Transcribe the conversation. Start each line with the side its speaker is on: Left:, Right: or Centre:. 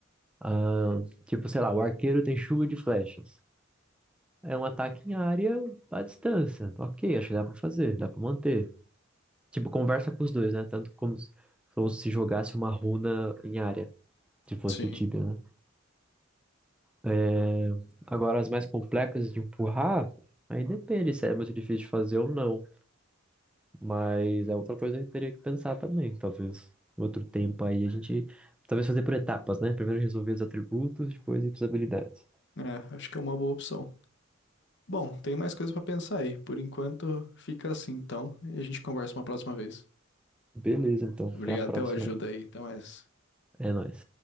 Centre: Ah, tipo, sei lá, o arqueiro tem chuva de flechas. É um ataque em área à distância. Ok, acho que dá pra fazer, dá pra manter. Tipo, conversa com os dois, né? Tanto como se, como se jogasse uma runa em área, se fosse
Left: Sim,
Centre: do Tibia, né? É, Agora, as mais complexas de empurrar, aí depende se é muito difícil de fazer ou não. Mas é outra coisa que eu teria que pensar também, talvez. Outro tempo aí, a gente... Talvez fazer por etapas, né? Primeiro resolver os atributos, depois ir para as habilidades.
Left: é, acho que é uma boa opção. Bom, tem mais coisa pra pensar aí. Por enquanto, fica assim então, e a gente conversa uma próxima vez.
Centre: Beleza, então.
Left: Obrigado
Centre: Até a próxima
Left: pela ajuda
Centre: aí.
Left: aí, até mais.
Centre: É nóis.